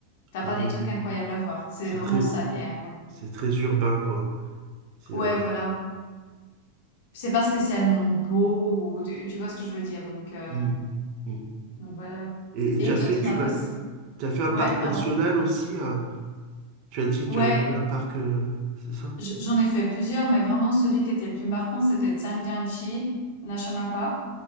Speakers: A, on the left; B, on the right.
A: tu
B: ah
A: pas des
B: oui,
A: trucs incroyables à voir. C'est
B: c'est
A: vraiment
B: très,
A: ça qui est incroyable.
B: c'est très urbain, quoi. C'est,
A: Ouais,
B: euh,
A: voilà. C'est pas spécialement beau ou tu tu vois ce que je veux dire? Donc heu,
B: mm, mm.
A: donc voilà.
B: Et, et
A: Et
B: tu as
A: toi,
B: fait,
A: tu
B: tu
A: en as
B: m'as,
A: pensé
B: tu as fait un
A: ouais,
B: parc national
A: pardon?
B: aussi, hein. Tu as dit,
A: Ouais.
B: tu as fait un parc, euh, c'est ça?
A: J- J'en ai fait plusieurs, mais vraiment celui qui était le plus marquant, c'était Zhangjiajie National Park.